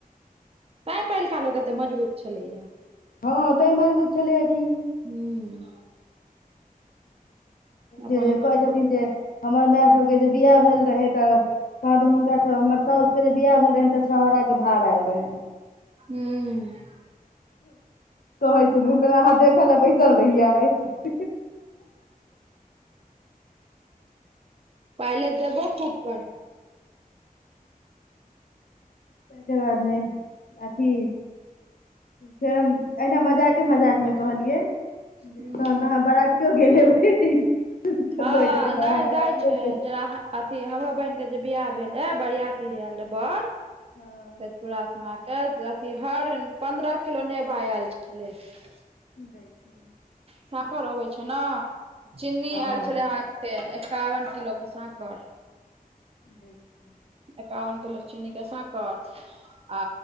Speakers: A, on the right (about 40°); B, on the left (about 70°).
A: तय पहिलका लोक एते मजबूत छलै है।
B: हँ तैं मजबूत छलैय की।
A: हूं। अपन
B: जे-जे कहै छथिन
A: ह
B: जे, हमर माय सभके जे बियाह भेल रहै तऽ कहादन हुनका हमर साउस के जे बियाह भेल रहेनि, तऽ छोहारा के भार आयल रहेनि।
A: हुं।
B: कहै छथिन हम कहलिये अहाँ देखऽ लऽ बैसल रहिये।
A: पहिले देबो खूब करै।
B: तकर बादमे अथी। फेर हम ऐना मजाके- मजाक में कहलिये जे
A: ह
B: तहन तऽ आहां बरातीयों गेल हेबै।
A: हँ
B: कहै छथिन
A: नै
B: हम बरातियो
A: दै छै
B: गेल
A: जेना अथी हमरो बहिन के जे बियाह भेले रहै, बरियाती जे आयल रहे बड़,
B: हँ
A: सोइपुरा अथी हर पंन्द्रह किलो नेबा आयल छलै हन।
B: देखियौ
A: सांखर अबै छै ने, चीनी
B: हँ
A: आयल छलै हं। से एकावन किलो के सांकर।
B: देखे
A: एकावन किलो चीनी के सांकर। आ